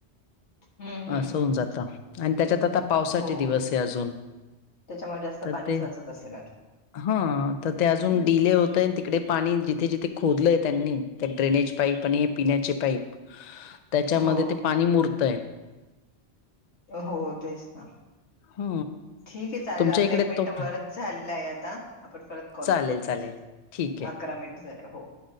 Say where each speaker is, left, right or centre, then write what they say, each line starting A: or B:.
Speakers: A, on the left (about 75°); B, on the left (about 55°).
A: हम्म हम्म
B: ह अस
A: हम्म
B: होऊन
A: हम्
B: जात आणि त्याच्यात आता पावसाचे
A: हो
B: दिवस आहे अजून.
A: त्याच्यामुळे जास्त
B: तर
A: पाणी
B: ते
A: साचत असेल
B: हा तर ते अजून
A: आता
B: डिले होतय. इडे पाणी जिथे जिथे खोदलंय त्यांनी त्या ड्रेनेज पाईप आणि हे पिण्याचे पाप. त्याच्यामध्ये
A: हो
B: ते पाणी मुरतय.
A: हो तेच ना.
B: ह
A: ठीक आहे चालेल
B: तुमच्या
A: आपला
B: इकडे
A: एक मिनटं
B: तो
A: वरच झालेलं आहे आता आपण परत कॉल
B: चालेल
A: करू वाटलेस.
B: चालेल ठीक आहे
A: अकरा मिनिट झाले हो.